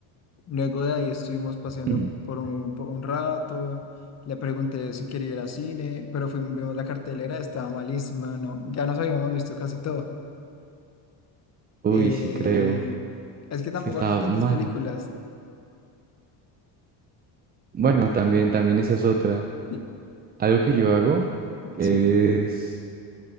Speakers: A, on the left; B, on the right.
A: Luego de ahí estuvimos paseando
B: <laughs>
A: por un, por un rato, le pregunté si quería ir al cine, pero fuimos, vimos la cartelera, estaba malísima, no, ya nos habíamos visto casi todo.
B: Uy,
A: Eh,
B: sí creo.
A: es que tampoco
B: Sí estaba
A: habían tantas
B: mala.
A: películas.
B: Bueno, también, también esa es otra.
A: L-
B: Algo que yo hago es
A: Sí,